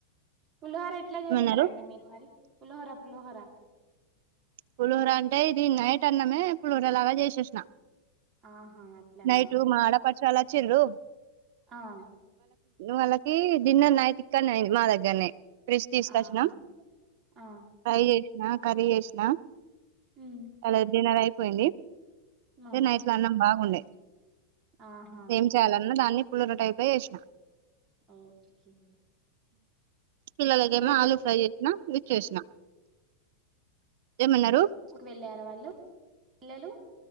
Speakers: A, on the right; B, on the right.
A: పులిహోర ఎట్లా చేస్తారండి
B: ఏమన్నారు
A: మీరు మరి పులిహోర పులహోర
B: పులిహోర అంటే ఇది నైట్ అన్నమే పులిహోర లాగా చేసేసిన
A: ఆహా అట్లానా
B: నైటు మా ఆడపడుచు వాళ్లు వచ్చిరు
A: ఆ
B: వాళ్ళకి డిన్నర్ నైట్ ఇక్కడనే అయింది మా దగ్గరనే ఫ్ర్రిష్ తీసుకొచ్చినం
A: ఆహా ఆ
B: ఫ్రై నా కర్రీ చేసినా
A: మ్,
B: అలాది డిన్నర్ అయిపోయింది అదే
A: ఆ
B: నైట్ల అన్నం బాగుండే
A: ఆహా
B: ఏం చేయాలన్నా దాన్ని పులిహోర టైప్ చేసిన
A: ఓకే
B: పిల్లలకేమో
A: పిల్లలు
B: ఆలు ఫ్రై చేసిన ఇచ్చేసిన ఏమన్నారు
A: స్కూల్ కు వెళ్ళారా వాళ్ళు పిల్లలు